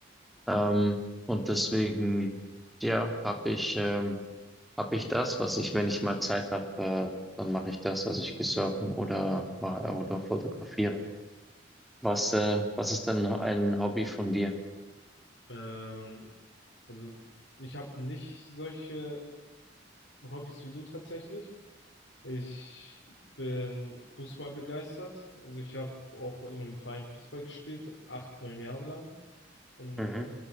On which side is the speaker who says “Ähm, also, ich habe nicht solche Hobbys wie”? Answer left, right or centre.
Left